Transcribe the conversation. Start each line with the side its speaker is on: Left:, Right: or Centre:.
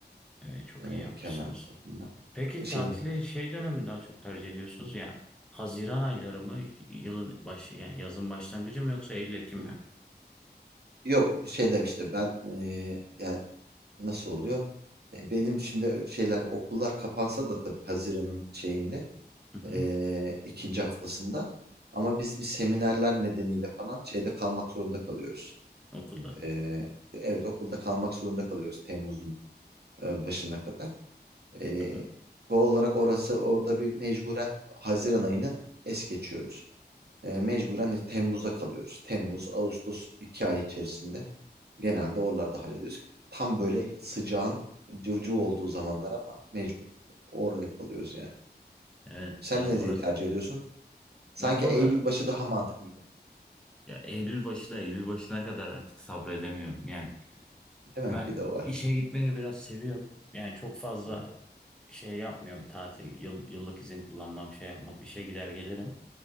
Centre: E, çok
Right: Ee,
Centre: iyi yapmışsınız.
Right: kemer tarafından.
Centre: Peki
Right: Şeyini.
Centre: tatili şey dönemi daha çok tercih ediyorsunuz ya. Haziran ayları mı yılın başı yani yazın başlangıcı mı yoksa Eylül Ekim
Right: Hı
Centre: mi?
Right: hı. Yok bir şeyler işte ben ee, yani nasıl oluyor? Ee, benim şimdi şeyler okullar kapansa da tabii Haziran'ın şeyinde
Centre: Hı hı,
Right: ee, ikinci haftasında ama biz bir seminerler nedeniyle falan şeyde kalmak zorunda kalıyoruz.
Centre: okulda.
Right: Ee, evet okulda kalmak zorunda kalıyoruz Temmuz'un e, başına kadar. Ee,
Centre: Hı hı.
Right: doğal olarak orası orada bir mecburen Haziran ayını es geçiyoruz. Ee, mecburen Temmuz'a kalıyoruz. Temmuz, Ağustos iki ay içerisinde genelde oralarda hallediyoruz. Tam böyle sıcağın cıvcıv olduğu zamanlar ama mecbur oraya kalıyoruz yani.
Centre: Evet
Right: Sen
Centre: ya
Right: nereyi
Centre: orası
Right: tercih ediyorsun? Sanki
Centre: ben valla
Right: Eylül başı daha mantıklı gibi.
Centre: ya Eylül başı da Eylül başına kadar artık sabredemiyorum. Yani
Right: Değil
Centre: ben
Right: mi? Bir de o var.
Centre: işe gitmeyi biraz seviyorum. Yani çok fazla
Right: Hı hı,
Centre: şey yapmıyorum tatil yıl, yıllık izin kullanmam şey yapmam işe gider gelirim.